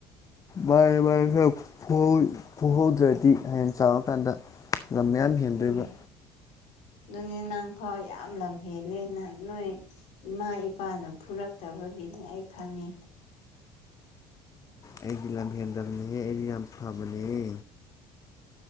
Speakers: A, on the left; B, on the left.
A: ꯃꯥꯟꯅꯦ ꯃꯥꯟꯅꯦ ꯈꯔ ꯐꯨꯍꯧ ꯐꯨꯍꯧꯗ꯭ꯔꯗꯤ ꯍꯌꯦꯡ ꯆꯥꯎꯔꯀꯥꯟꯗ ꯂꯝ ꯃꯌꯥꯝ ꯍꯦꯟꯗꯣꯏꯕ
B: ꯑꯗꯨꯅꯦ ꯑꯗꯨꯅꯦ ꯅꯪ ꯐꯥꯎ ꯌꯥꯝ ꯂꯝꯍꯦꯜꯂꯦꯅ ꯅꯣꯏ ꯏꯃꯥ ꯏꯄꯥꯅ ꯐꯨꯔꯛꯇꯕ ꯒꯤꯅꯦ ꯑꯩ ꯈꯪꯉꯦ
A: ꯑꯩꯗꯤ ꯂꯝ ꯍꯦꯟꯗꯝꯅꯤꯍꯦ ꯑꯩꯗꯤ ꯌꯥꯝ ꯐꯕꯅꯤꯍꯦ